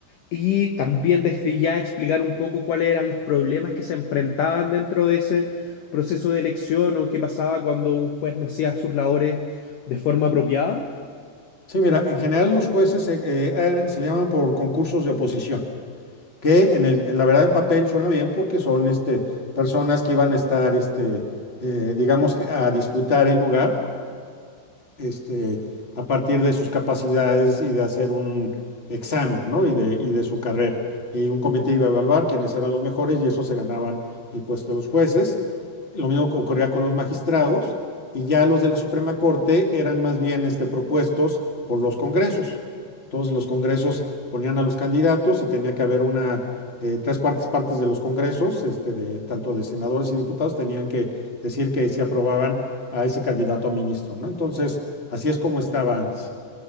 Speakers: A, on the left; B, on the left.
A: Y también desde ya explicar un poco cuáles eran los problemas que se enfrentaban dentro de ese proceso de elección o qué pasaba cuando un juez no hacía sus labores de forma apropiada.
B: Sí, mira, en general los jueces eh, eh, eran- se le llaman por concursos de oposición, que en el, en la verdad en papel suena bien porque son este, personas que iban a estar, este, eh, digamos, que a disputar el lugar este, a partir de sus capacidades y de hacer un examen, ¿no? Y de, y de su carrera. Y un comité iba a evaluar quiénes eran los mejores y eso se ganaban el puesto de los jueces. Lo mismo ocurría con los magistrados y ya los de la Suprema Corte eran más bien este, propuestos por los congresos. Entonces los congresos ponían a los candidatos y tenía que haber una, eh, tres cuartas partes de los congresos, este, de, tanto de senadores y diputados, tenían que decir que sí aprobaban a ese candidato a ministro, ¿no? Entonces, Así es como estaba antes.